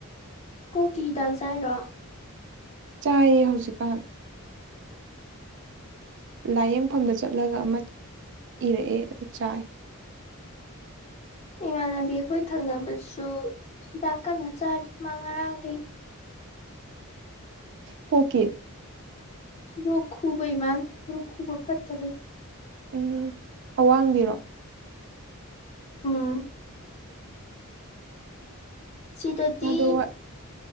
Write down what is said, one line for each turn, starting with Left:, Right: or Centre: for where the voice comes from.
Left: ꯀ ꯀꯗꯥꯜꯁ ꯔ
Right: ꯆꯥꯏꯌꯦ ꯍꯧꯖꯤꯛꯀꯥꯟ ꯂꯥꯏꯌꯦꯡꯐꯝꯗ ꯆꯠꯂꯒ ꯑꯃ ꯏꯔꯛꯑꯦ ꯑꯗꯨ ꯆꯥꯏ
Left: ꯏꯃ ꯏꯃꯥꯟꯅꯕꯤ ꯑꯩꯈꯣꯏ ꯊꯪꯅꯕꯁꯨ ꯍꯤꯗꯥꯛ ꯀꯟꯅ ꯆꯥꯔꯤ ꯃꯥ ꯉꯔꯥꯡꯗꯒꯤ
Right: ꯀꯣ ꯀ
Left: ꯔꯣꯛ ꯈꯨꯕꯩꯃꯥꯟ ꯔ ꯈꯕ ꯐꯠꯇꯕ
Right: ꯎꯝ ꯑꯋꯥꯡꯕꯤꯔꯣ
Left: ꯎꯝ ꯁꯤꯇꯇꯤ
Right: ꯃꯥꯗꯣ ꯋꯥꯠ